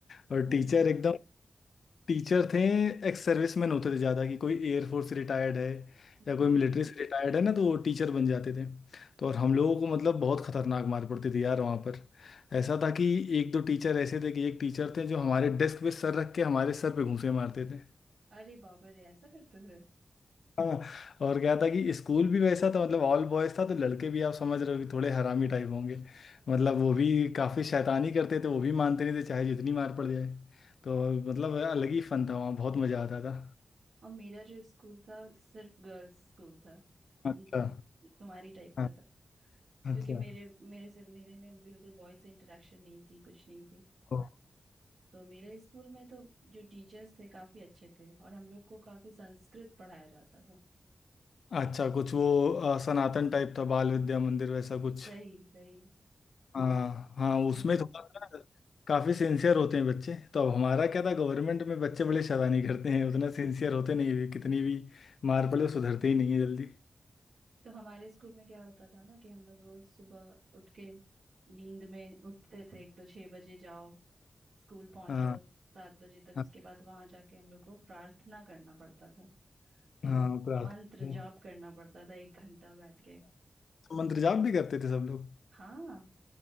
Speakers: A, on the left (about 80°); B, on the right (about 80°).
A: और टीचर
B: Oh my
A: एकदम
B: god
A: टीचर थे एक्स सर्विस मैन होते थे ज़्यादा कि कोई एयरफोर्स से रिटायर्ड है
B: हम्म
A: या कोई मिलिट्री से रिटायर्ड है ना तो वो टीचर बन जाते थे तो और हम लोगों को मतलब बहुत खतरनाक मार पड़ती थी यार वहाँ पर ऐसा था कि एक दो टीचर ऐसे थे कि एक टीचर थे जो हमारे डेस्क पे सर रख के हमारे सर पे घूंसे मारते थे
B: अरे बाबा रे ऐसा करते थे
A: हाँ और क्या था कि स्कूल भी वैसा था मतलब ऑल बॉयज था तो लड़के भी आप समझ रहे हो कि थोड़े हरामी टाइप होंगे मतलब वो भी काफ़ी शैतानी करते थे वो भी मानते नहीं थे चाहे जितनी मार पड़ जाए तो मतलब अलग ही फन था वहाँ बहुत मज़ा आता था
B: और मेरा जो स्कूल था सिर्फ गर्ल्स स्कूल था
A: अच्छा
B: तुमसे तुम्हारी टाइप
A: हाँ,
B: का था क्योंकि
A: अच्छा
B: मेरे मेरे से मेरे में बिल्कुल बॉयज से इंटरेक्शन नहीं थी कुछ नहीं थी
A: ओ,
B: तो मेरे स्कूल में तो जो टीचर्स थे काफी अच्छे थे और हम लोग को काफी संस्कृत पढ़ाया जाता था
A: अच्छा कुछ वो अ, सनातन टाइप था बाल विद्या मंदिर वैसा कुछ
B: सही सही
A: हाँ
B: तो
A: हाँ
B: इसलिए
A: उसमें
B: हम लोग
A: थोड़ा सा काफी सिंसियर होते हैं बच्चे तो अब हमारा क्या था गवर्नमेंट में बच्चे बड़े शैतानी करते हैं उतना सिंसियर होते नहीं है कितनी भी मार पड़े वो सुधरते ही नहीं है जल्दी
B: तो हमारे स्कूल में क्या होता था ना कि हम लोग रोज सुबह उठ के नींद में उठते थे एक तो छह बजे जाओ स्कूल पहुंचो
A: हाँ
B: सात बजे तक
A: हाँ
B: उसके बाद वहां जाके हम लोग को प्रार्थना करना पड़ता था
A: हाँ
B: और
A: प्रार्थना
B: मंत्र जाप करना पड़ता था एक घंटा बैठ के
A: मंत्र जाप भी करते थे सब लोग
B: हाँ